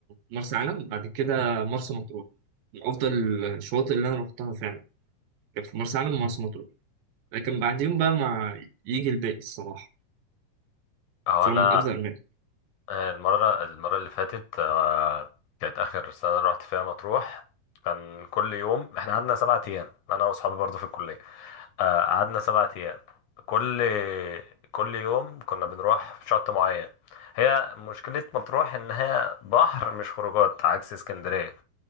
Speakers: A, on the right; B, on the left.
A: مرسى علم بعد كده مرسى مطروح من افضل الشواطئ اللي انا رحتها فعلا كانت في مرسى علم ومرسى مطروح لكن بعدين بقى ما يجي الباقي الصراحه
B: هو
A: بصراحه
B: انا
A: من افضل الاماكن
B: آه، المره المره اللي فاتت آه، كانت اخر سنه رحت فيها مطروح كان كل يوم احنا قعدنا سبعة ايام انا واصحابي برضو في الكليه آه، قعدنا سبعة ايام كل كل يوم كنا بنروح في شط معين هي مشكله مطروح ان هي بحر مش خروجات عكس اسكندريه